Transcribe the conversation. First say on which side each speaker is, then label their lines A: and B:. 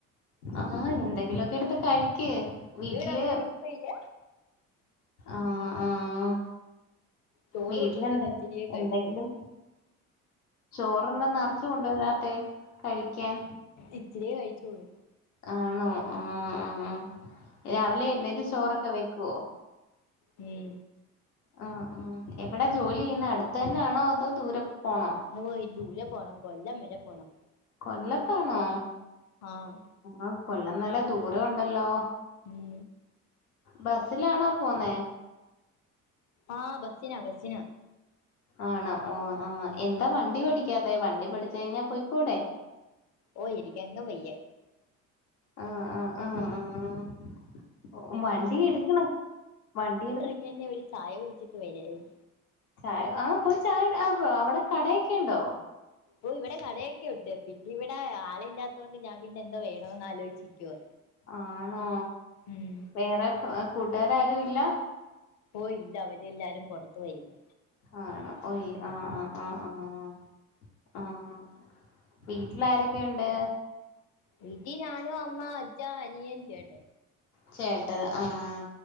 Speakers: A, on the left (about 80°); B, on the left (about 40°).
A: ആഹ് എന്തെങ്കിലൊക്കെ എട്ത്ത് കഴിക്ക്. വീട്ടില്
B: ഇവിടെ ഒന്നു ഇരിപ്പേ ഇല്ല.
A: ആഹ് ആഹ്
B: ചോറ്
A: വീട്ടിലെന്തെ
B: കൊണ്ടുവന്നത് ഇച്ചിരിയേ കഴിച്ചോളൂ
A: എന്തെങ്കിലും. ചോറെന്താ നർച്ച് കൊണ്ടോരാതെ കഴിക്കാൻ
B: ഇച്ചിരിയെ കയിച്ചൊള്ളൂ
A: ആണോ ആഹ് ആഹ് രാവിലെ എഴ്ന്നേറ്റ് ചോറൊക്കെ വെയ്ക്കോ?
B: ഉം
A: ആഹ് ആഹ് എവിടെ ജോലിയ്യുന്നെ അടുത്ത് തന്നെണോ അതോ ദൂരെ പോണോ?
B: അള്ളോയ് ദൂരെ പോണം. കൊല്ലം വെരെ പോണം
A: കൊല്ലത്താണോ
B: ആഹ്
A: ആഹ് കൊല്ലം നല്ല ദൂരൊം ണ്ടല്ലോ
B: ഉം
A: ബസ്സിലാണോ പോന്നേ?
B: ആഹ് ബസ്സിനാ ബസ്സിനാ
A: ആണോ ഓഹ് ആഹ് എന്താ വണ്ടി പഠിക്കാതെ വണ്ടി പഠിച്ച് കഴിഞ്ഞാ പൊയ്കൂടെ
B: ഓഹ് ഇനിക്കാൻന്നും വയ്യ
A: ആഹ് ആഹ് ആഹ് ആഹ് വണ്ടി എടക്കണം. വണ്ടി എടു
B: പിന്നെ യെന്നെ ഒരു ചായ കുടിച്ചിട്ട് വരായിരുന്നു.
A: ചായ ആഹ് പോയി ചായ ആഹ് പ്പോ അവടെ കടയൊക്കെ ണ്ടോ?
B: ഓഹ് ഇവിടെ കടയൊക്കെ ഉണ്ട്. പിന്നെ ഇവിടെ ആളില്ലാത്തോണ്ട് ഞാൻ പിന്നെ എന്തോ വേണോന്ന് ആലോജിക്കുവാ
A: ആണോ
B: ഉം
A: വേറെ കൂട്ടാര് ആരും ഇല്ല.
B: ഓഹ് ഇല്ല അവരെ എല്ലാരും പൊറത്ത് പേയേണ്.
A: ആണോ. ഓയി ആഹ് ആഹ് ആഹ് ആഹ് ആഹ് വീട്ടിലാരൊക്കെ ഉണ്ട്?
B: വീട്ടീ ഞാനും അമ്മ അച്ഛാ അനിയൻ ചേട്ടൻ.
A: ചേട്ടൻ ആഹ്